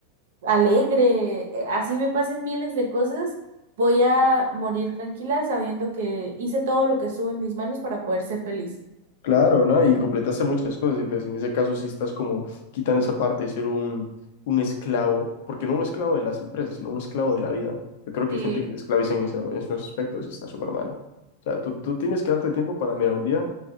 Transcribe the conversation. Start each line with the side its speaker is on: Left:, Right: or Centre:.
Right: alegre, eh, así me pasen miles de cosas, voy a morir tranquila sabiendo que hice todo lo que estuvo en mis manos para poder ser feliz.
Left: claro, ¿no? Y incompletaste muchas cosas, entonces en ese caso sí estás como quitando esa parte de ser un, un esclavo, porque no un esclavo de las empresas, sino un esclavo de la vida. Yo creo que
Right: Sí,
Left: hay gente que se esclaviza en, ese- en esos aspectos y está súper mal. O sea, tú, tú tienes que darte tiempo para, mira, un día